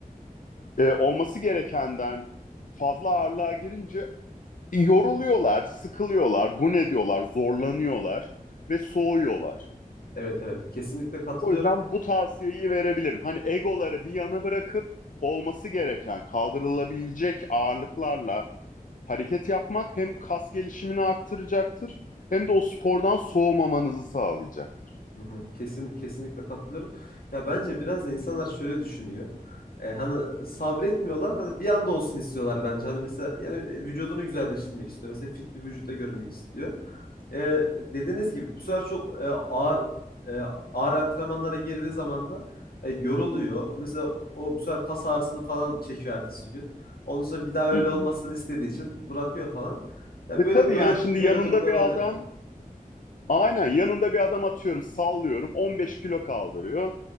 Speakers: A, on the left; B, on the left.
A: e, olması gerekenden fazla ağırlığa girince yoruluyorlar, sıkılıyorlar, bu ne diyorlar, zorlanıyorlar ve soğuyorlar.
B: Evet evet. Kesinlikle katılıyorum.
A: O yüzden bu tavsiyeyi verebilirim. Hani egoları bir yana bırakıp olması gereken, kaldırılabilecek ağırlıklarla hareket yapmak hem kas gelişimini arttıracaktır hem de o spordan soğumamanızı sağlayacaktır.
B: Hı hı. Kesin, kesinlikle katılıyorum. Ya bence biraz da insanlar şöyle düşünüyor. E, hani sabretmiyorlar. Hani bir anda olsun istiyorlar bence. Hani mesela yani vücudunu güzelleştirmek istiyor. Mesela fit bir vücutta görünmek istiyor. e, dediğiniz gibi bu sefer çok e, ağır e, ağır antrenmanlara girdiği zaman da e, yoruluyor. Mesela o bu sefer kas ağrısını falan çekiyor ertesi gün. Ondan sonra bir daha öyle
A: Hı hı.
B: olmasını istediği için bırakıyor falan. Ya
A: E
B: böyle
A: tabii
B: böyle
A: yani şimdi
B: böyle
A: yanında
B: durumlar
A: bir
B: oluyor.
A: adam aynen yanında bir adam atıyorum sallıyorum 15 kilo kaldırıyor.